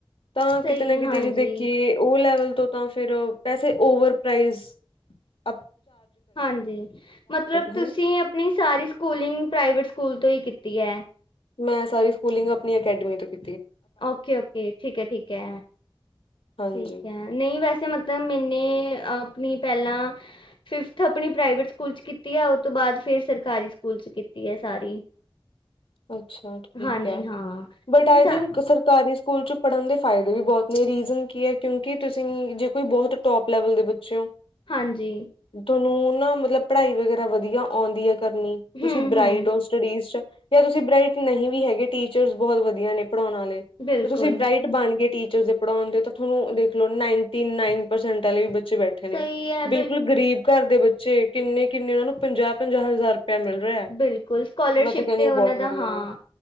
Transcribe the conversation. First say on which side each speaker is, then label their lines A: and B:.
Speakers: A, on the left; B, on the left.
A: ਤਾਂ ਕਿਤੇ
B: ਸਹੀ
A: ਨਾ
B: ਹੈ,
A: ਕਿਤੇ
B: ਹਾਂਜੀ
A: ਜੇ ਦੇਖੀਏ ਉਹ ਲੈਵਲ ਤੋਂ ਤਾਂ ਫਿਰ ਪੈਸੇ ਓਵਰ ਪ੍ਰਾਈਸ, ਆਪ
B: ਹਾਂਜੀ, ਮਤਲਬ ਤੁਸੀਂ
A: ਹਨਾ।
B: ਆਪਣੀ ਸਾਰੀ ਸਕੂਲਿੰਗ ਪ੍ਰਾਈਵੇਟ ਸਕੂਲ ਤੋਂ ਈ ਕੀ? ਤੀ ਏ।
A: ਮੈਂ ਸਾਰੀ ਸਕੂਲਿੰਗ ਆਪਣੀ ਅਕੈਡਮੀ ਤੋਂ ਕੀ।
B: ਓਕੇ-ਓਕੇ, ਠੀਕ ਏ -ਠੀਕ ਏ।
A: ਹਾਂਜੀ।
B: ਠੀਕ ਐ, ਨਹੀਂ ਵੈਸੇ ਮਤਲਬ ਮੈਨੇ ਇਹ ਐ ਆਪਣੀ ਪਹਿਲਾਂ, ਫਿਫਥ ਆਪਣੀ ਪ੍ਰਾਈਵੇਟ ਸਕੂਲ ਚ ਕੀਤੀ ਆ, ਉਹ ਤੋਂ ਬਾਅਦ ਫਿਰ ਸਰਕਾਰੀ ਸਕੂਲ ਚ ਕੀਤੀ ਹੈ ਸਾਰੀ।
A: ਅੱਛਾ ਠੀਕ
B: ਹਾਂਜੀ
A: ਹੈ,
B: ਹਾਂ
A: ਬਟ
B: ਕਿਉਂਕਿ
A: ਆਈਥਿੰਕ
B: ਸਾ
A: ਸਰਕਾਰੀ ਸਕੂ ਸਕੂਲ ਚ ਪੜ੍ਹਨ ਦੇ ਫਾਇਦੇ ਵੀ ਬੌਤ ਨੇ, ਰੀਜ਼ਨ ਕੀ ਏ ਕਿਉਂਕਿ ਤੁਸੀਂ ਜੇ ਕੋਈ ਬੌਤ ਟੋਪ ਲੈਵਲ ਦੇ ਬੱਚੇ ਓ।
B: ਹਾਂਜੀ।
A: ਉਨੂੰ ਨਾ ਮਤਲਬ ਪੜ੍ਹਾਈ ਵਗੈਰਾ ਵਧੀਆ ਆਉਂਦੀ ਏ। ਕਰਨੀ ਤੁਸੀਂ
B: ਹੂੰ
A: ਬਰਾਈਟ
B: ਹੂੰ
A: ਓ ਸਟੱਡੀਜ਼ ਚ ਜਾਂ ਤੁਸੀਂ ਬਰਾਈਟ ਨਹੀਂ ਵੀ ਹੈਗੇ ਟੀਚਰਸ ਬਹੁਤ ਵਧੀਆ ਨੇ, ਪੜ੍ਹਾਉਣ ਵਾਲੇ
B: ਬਿਲਕੁਲ।
A: ਤੇ ਤੁਸੀਂ ਬ੍ਰਾਈਟ ਬਣ ਗਏ ਟੀਚ, ਪੜ੍ਹਾਉਣ ਦੇ ਤਾਂ ਤੁਹਾਨੂੰ ਦੇਖ ਲੋ ਨਾਈਟੀ ਨਾਈਨ ਪਰਸੈਂਟ ਆਲੇ ਵੀ, ਬੇ ਬੈਠੇ ਨੇ
B: ਸਹੀ ਹੈ
A: ਬਿਲਕੁਲ ਗ਼ਰੀਬ ਘਰ ਦੇ ਬੱਚੇ, ਕਿੰਨੇ-ਕਿੰਨੇ ਉਹਨਾਂ ਨੂੰ ਪੰਜਾਹ-ਪੰਜਾਹ ਹਜ਼ਾਰ, ਰੁਪਇਆ ਮਿਲ ਰਿਹਾ ਹੈ।
B: ਬਿਲਕੁਲ ਸਕੋਲਰਸ਼ਿਪ,
A: ਮੈਂ ਕਹਿੰਦੀ
B: ਤੇ
A: ਹਾਂ
B: ਉਹਨਾਂ
A: ਬਹੁਤ
B: ਦਾ
A: ਵਧੀਆ
B: ਹਾਂ
A: ਹੈ।